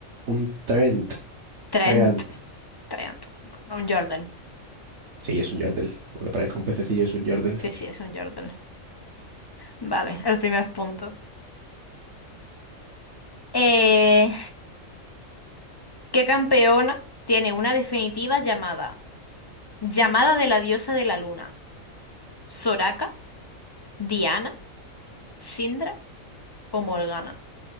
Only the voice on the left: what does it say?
Trent.
Trent. No, no, un jordel
Sí, sí, es un jordel Vale, el primer punto. Eh, ¿qué campeona tiene una definitiva llamada? Llamada de la diosa de la luna. ¿Soraka? ¿Diana? ¿Sindra o Morgana?